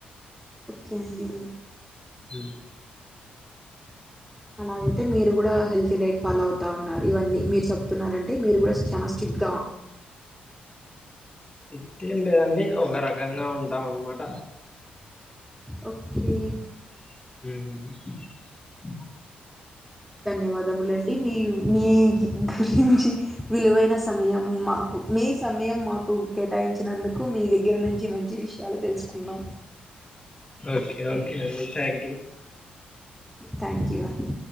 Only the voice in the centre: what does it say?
ఓకే అండి
అలాగైతే మీరు కూడా హెల్తీ డైట్ ఫాలో అవుత ఉన్నారు. ఇవన్నీ మీరు చెప్తున్నారంటే మీరు కూడా చానా స్ట్రిక్ట్గా
ఓకే
ధన్యవాదములండి మీర్ మీ గురించి విలువైన సమయం మాకు మీ సమయం మాకు కేటాయించినందుకు మీ దగ్గర నుంచి మంచి విషయాలు తెలుసుకున్నాం.
థ్యాంక్ యూ అండి